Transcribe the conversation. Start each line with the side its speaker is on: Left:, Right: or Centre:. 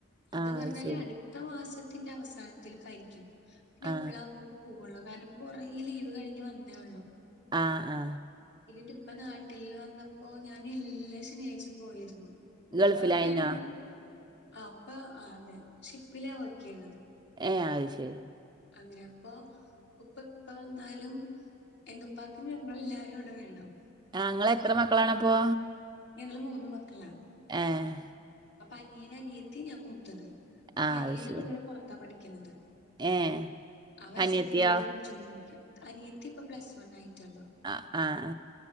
Left: അത്
Right: ആ
Left: പറഞ്ഞല്
Right: ശരി
Left: അട് അടുത്ത മാസത്തിന്റെ അവസാനത്തിൽ ക്കായിരിക്കും. പിന്നെ
Right: ആ
Left: എപ്പളാ പോ പോവള്ളു കാരണം ഇപ്പ കൊറേ ലീവ് കഴിഞ്ഞ് വന്നേ ഒള്ളൂ.
Right: ആഹ് ആഹ്
Left: ഇന്നിട്ട് ഇപ്പ നാട്ടിൽ വന്നപ്പോ ഞാന് എല്ലാ ശെനിയാഴ്ച്ചം പോയിരുന്നു. ഇപ്പാക്കാണെങ്കില്
Right: ഗൾഫിലായിനോ
Left: ആപ്പ ആഹ് അതെ ഷിപ്പിലാ വർക്ക്യ്യ് ണത്.
Right: ഏഹ് അഹ് ശെരി.
Left: അങ്ങനെ അപ്പൊ ഉപ്പ എപ്പ വന്നാലും എന്റുപ്പാക്ക് ഞാൻ ഇങ്ങള് എല്ലാരും അടെ വേണം.
Right: ആ ഇങ്ങള് എത്ര മക്കളാണപ്പൊ?
Left: ഞങ്ങള് മൂന്ന് മക്കളാ.
Right: ഏഹ്
Left: അപ്പ അനിയന്, അനിയത്തി ഞാൻ മൂത്തത്. ഇപ്പ
Right: ആഹ്
Left: അനിയന്
Right: അത് ശരി
Left: ഇത് പോലെ പൊറത്ത പഠിക്ക്ന്നത്.
Right: ഏ
Left: അവൻ
Right: അനിയത്തിയോ
Left: സെക്കൻഡ് ഇയർ പഠിച്ചോണ്ടിരിക്ക അനിയത്തി ഇപ്പ പ്ലസ് വൺ ആയിട്ടള്ളു.
Right: അ ആഹ